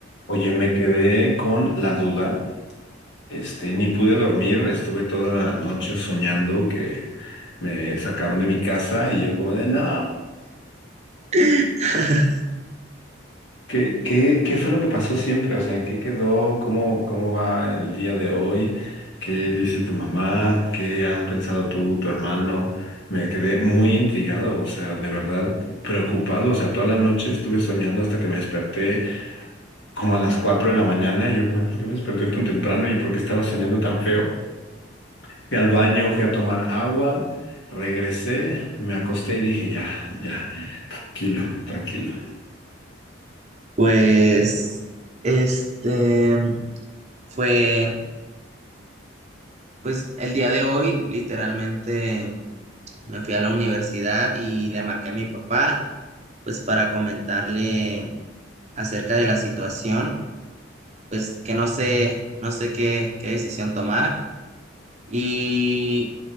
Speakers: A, on the left; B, on the right.
A: Oye, me quedé con la duda. Este, ni pude dormir, estuve toda la noche soñando que me sacaban de mi casa y yo como de, no,
B: <laughs>
A: ¿qué, qué, qué fue lo que pasó siempre? O sea, ¿en qué quedó? ¿Cómo, cómo va el día de hoy? ¿Qué dice tu mamá? ¿Qué han pensado tú, tu hermano? Me quedé muy intrigado, o sea, de verdad preocupado. O sea, toda la noche estuve soñando hasta que me desperté como a las 4 de la mañana y yo como, ¿por qué me desperté tan temprano y por qué estaba soñando tan feo? Fui al baño, fui a tomar agua, regresé, me acosté y dije, ya, ya, tranquilo, tranquilo.
B: Pues, este, fue, pues el día de hoy literalmente me fui a la universidad y le marqué a mi papá, pues para comentarle acerca de la situación, pues que no sé, no sé qué, qué decisión tomar. Y